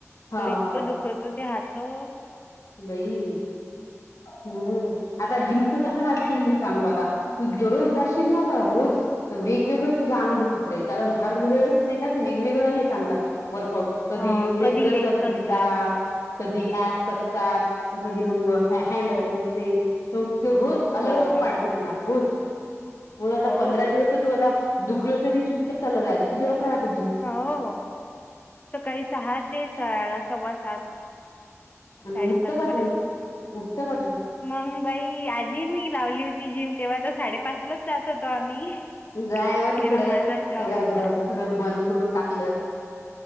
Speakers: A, on the left (about 80°); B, on the left (about 30°).
A: हा
B: तो इतकं
A: हा
B: दुखवतो ते हातऽ
A: बाई,, हम्म,, आता जिमचं कसं रा मी सांगतो आता,, तू दररोज जाशील ना का रोज तर वेगवेगळ तुझ अंग दुखत राहील, कारण हर वेळच नाही का, ते वेगवेगळं हे सांगतात. वर्कउट.
B: हां
A: कधी लेगच
B: कधी लेग्स असतात
A: घेतात, कधी ऍप्स असतात. कधी म हॅड
B: हो
A: मस्ते, तर रोज अलग,
B: हो
A: अलग पाठ दुखणार, रोज. मग आता
B: हो
A: पंधरा दिवस तू आता, दुखलं तरी चूप चाल किती वाजता राहते जिम
B: हो,, सकाळी सहा ते सव्वा सात. साडेसात
A: आणि उठतं का
B: पर्यंत,
A: तू उठतं का तू
B: मंग बाई आधी मी लावली होती. ती जिम. तेव्हा तर साडे पाचलाच जात होतो आम्ही.
A: जायव तिकडं,,
B: तेव्हा माझा
A: अस
B: जॉब
A: का
B: होता
A: सगळं बंद करून टाकलं.